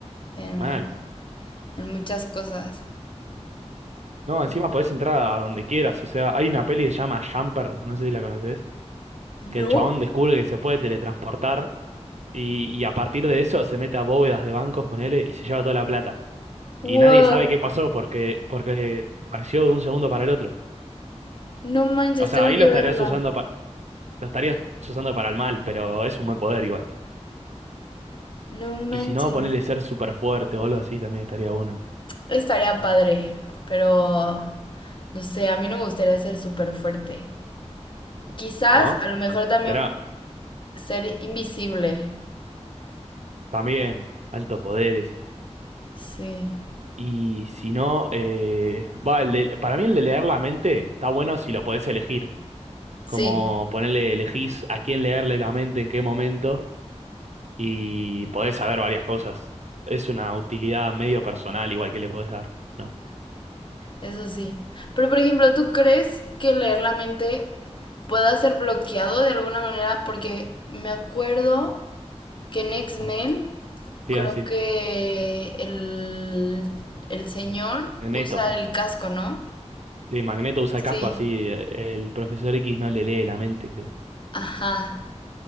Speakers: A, on the left; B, on the right.
A: en,
B: Mal.
A: en muchas cosas.
B: No, encima podés entrar a donde quieras. O sea, hay una peli que se llama Jumper, no sé si la conoces,
A: ¿No?
B: que el chabón descubre que se puede teletransportar y, y a partir de eso se mete a bóvedas de bancos, ponele, y se lleva toda la plata.
A: Wow,
B: y nadie sabe qué pasó porque, porque apareció de un segundo para el otro.
A: no manches,
B: O sea,
A: tengo
B: ahí
A: que
B: lo estarías
A: verla.
B: usando, pa- lo estarías usando para el mal, pero es un buen poder igual.
A: No manches.
B: Y si no, ponerle ser súper fuerte o algo así también estaría bueno,
A: Estaría padre, pero no sé, a mí no me gustaría ser súper fuerte. Quizás,
B: ¿no?
A: a lo mejor también
B: Pero
A: ser invisible.
B: también, alto poderes.
A: Sí,
B: Y si no, eh, va, el de- para mí el de leer la mente está bueno si lo podés elegir. Como
A: sí,
B: ponerle, elegís a quién leerle la mente en qué momento y podés saber varias cosas. Es una utilidad medio personal igual que le podés dar. ¿no?
A: eso sí. Pero por ejemplo, ¿tú crees que leer la mente pueda ser bloqueado de alguna manera? Porque me acuerdo. Que en X-Men,
B: Te
A: creo
B: iba a decir,
A: que el, el señor
B: Magneto.
A: usa el casco, ¿no?
B: Y Magneto usa
A: Sí,
B: casco así, eh, el profesor X no le lee la mente, creo.
A: ajá.